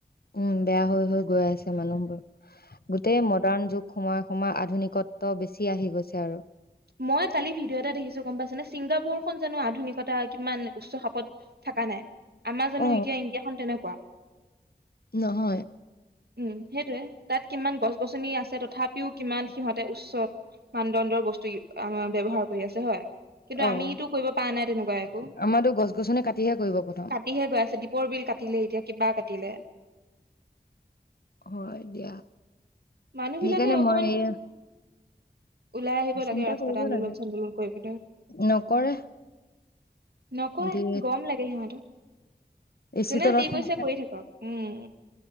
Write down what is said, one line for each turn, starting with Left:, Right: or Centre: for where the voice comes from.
Left: উম বেয়া হৈ হৈ গৈ আছে মানুহবোৰ গোটেই মডাৰ্ণ যুগ সময় সমাৰ আধুনিকত্ব বেছি আহি গৈছে আৰু
Right: মই কালি ভিডিঅ' এটা দেখিছোঁ গম পাইছেনে ছিংগাপুৰ খ জানো আধুনিকতা কিমান উচ্চ সাপত থকা নাই আমাৰ জানো
Left: অ
Right: এতিয়া ইণ্ডিয়া খন তেনেকুৱা
Left: নহয়
Right: উম সেইটোয়ে তাত কিমান গছ গছনি আছে তথাপিও কিমান সিহঁতে উচ্চ মানদণ্ডৰ বস্তু ইউ আমাৰ ব্যৱহাৰ কৰি আছে হয় কিন্তু
Left: অ
Right: আমিতো কৰিব পৰা নাই তেনেকুৱা একো
Left: আমাৰতো গছ গছনি কাটিহে কৰিব প্ৰথম।
Right: কাটিহে গৈ আছে দীপৰ বিল কাটিলে এতিয়া কিবা কাট দিলে
Left: হয় দিয়া
Right: মানুহ
Left: সেইকাৰণে
Right: বিলাকে অকমান
Left: মই এই
Right: ওলাই আহিব লাগে
Left: চিন্তা
Right: ৰাস্তাত
Left: কৰিব
Right: আন্দোলন
Left: লাগে
Right: চান্দোলন কৰিবলৈ
Left: নকৰে
Right: নকয়
Left: সিহঁতি
Right: গৰম লাগে সিহঁতক
Left: এচি
Right: যোনে
Left: তলত
Right: যি
Left: সোমাই
Right: কৈছে
Left: থাকে।
Right: কৰি থাকক উম